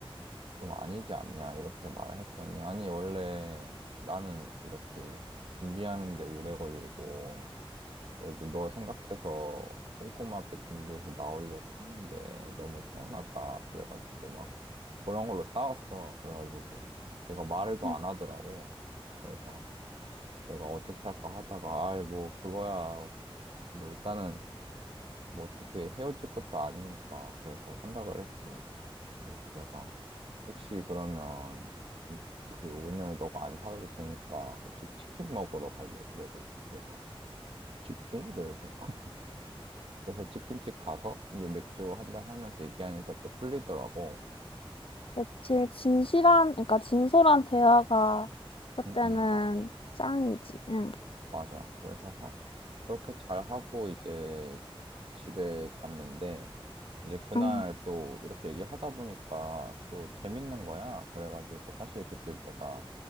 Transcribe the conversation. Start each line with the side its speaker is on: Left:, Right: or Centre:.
Right: 좀 아니지 않냐 이렇게 말을 했더니 아니 원래 나는 이렇게 준비하는데 오래 걸리고 그래도 너 생각해서 꼼꼼하게 준비해서 나오려고 하는데 너무 서운하다 그래가지고 막 그런 걸로 싸웠어 그래가지고 걔가 말을 더
Left: 음.
Right: 안 하더라고 그래서 내가 어떻게 할까 하다가 아이 뭐 그거야 뭐 일단은 뭐 어떻게 헤어질 것도 아니니까 그래서 생각을 했지 그래서 내가 혹시 그러면 음, 그 오늘 너가 안 사도 되니까 혹시 치킨 먹으러 갈래? 그래가지고 걔가 치킨? 그래서 <laughs> 그래서 치킨집 가서 이제 맥주 한 잔 하면서 얘기하니까 또 풀리더라고.
Left: 그치, 진실한, 그러니까 진솔한 대화가 그때는
Right: 응, 응.
Left: 짱이지. 응.
Right: 맞아. 그래서 하- 그렇게 잘 하고 이제 집에 갔는데 이제 그날
Left: 응
Right: 또 이렇게 얘기하다 보니까 또 재밌는 거야. 그래가지고 사실 그때 내가